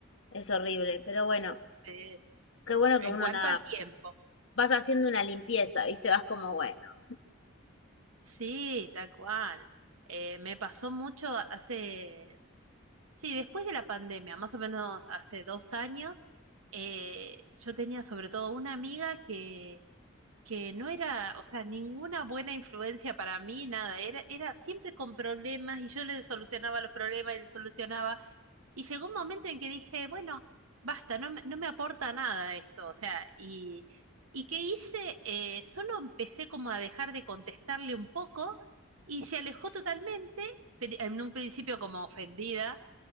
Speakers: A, on the left; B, on the right.
A: es horrible, pero bueno,
B: Eh,
A: qué bueno que
B: en
A: uno
B: cuanto
A: nada,
B: al tiempo.
A: vas haciendo una limpieza, ¿viste? Vas como, bueno,
B: Sí, tal cual. Eh, me pasó mucho hace Sí, después de la pandemia, más o menos hace dos años, eh, yo tenía sobre todo una amiga que que no era, o sea, ninguna buena influencia para mí, nada, era, era siempre con problemas y yo le solucionaba los problemas y le solucionaba. Y llegó un momento en que dije, bueno, basta, no, me- no me aporta nada esto, o sea, y, y ¿qué hice? Eh, solo empecé como a dejar de contestarle un poco y se alejó totalmente, pero en un principio como ofendida.